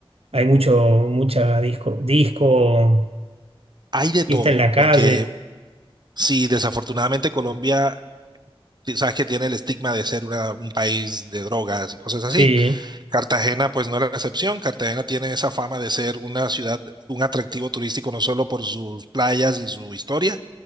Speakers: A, on the right; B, on the right.
A: Hay mucho, mucha disco, disco,
B: Hay de
A: fiesta
B: todo,
A: en la calle.
B: porque sí, desafortunadamente Colombia, ti- sabes que tiene el estigma de ser una- un país de drogas y cosas así.
A: Sí.
B: Cartagena, pues no era la excepción. Cartagena tiene esa fama de ser una ciudad, un atractivo turístico, no solo por sus playas y su historia,